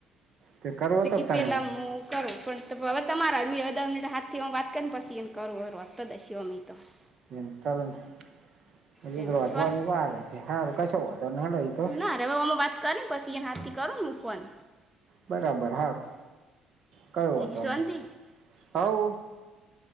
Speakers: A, on the right; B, in the centre.
A: તે કરવો ત
B: કી
A: તનેમ
B: પેલા હું કરું પણ હવે તમારાં <unintelligible> હાથથી હ વાત કરીને પસી એને કરુ <unintelligible>
A: <inaudible> હજુ
B: તેમ
A: ધ્રોજવા
B: સોલ
A: <unintelligible> હારું કશુ વાધો નઈ ઈત
B: ના રે હવે અમે વાત કરીને પસીને હાથી કરુન મુકવાન
A: બરાબર હારુ કય
B: બીજી
A: વાધો
B: શાંતિ
A: નહી હવ